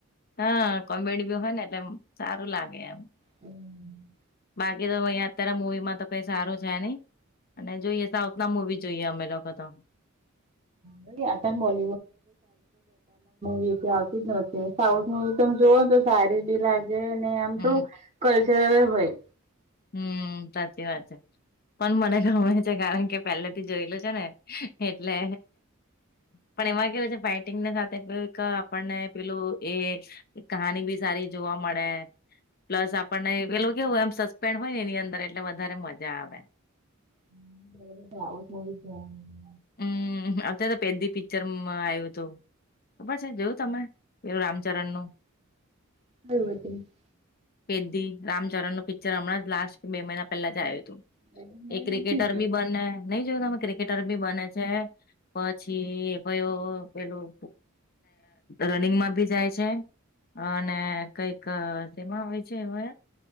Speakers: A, on the left; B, on the right.
A: હા કોમેડી બી હોય ને એમ. સારું લાગે એમ.
B: હમ્મ.
A: બાકી તો અહીંયા અત્યારે મુવી માં તો કઈ સારું છે નઈ અને જોઈ સાઉથ ના મુવી જોઈએ અમે લોકો તો. <inaudible>
B: <unintelligible> મુવી આવું જ નથી સાઉથવી તમે જોવાનો તો સારી બી લાગે ને આમ
A: હમ
B: થોડું કલ્ચરલ હોય.
A: હમ સાચી વાત છે પણ મને ગમે છે કારણ કે પહેલે થી જોયેલું છે ને. એટલે પણ એમાં કેવું છે ફઇટિંગને સાથે એક આપણને પેલું એ કહાની બી સારી જોવા મળે. પ્લસ આપણને પેલું કેવું એમ સસ્પેન્ડ હોય ને એની અંદર એટલે વધારે મજા આવે.
B: <unintelligible>
A: હમ્મ અત્યારે તો પેદી પિક્ચરમાં આવ્યું હતુ. ખબર છે જોયું તમે પેલુ રામચરણ નું?
B: <unintelligible>
A: પેદી રામચરણ નું પિક્ચર હમણાં જ લાસ્ટ બે મહિના પેલા જ આયું તું.
B: મેં
A: એ ક્રિકેટર
B: નથી
A: બી બને, નહીં જોયું તમે ક્રિકેટર બી બને છે એ પછી પયો પેલું રનિંગમાં ભી જાય છે. અને કંઈક અહ શેમા હોય છે હવે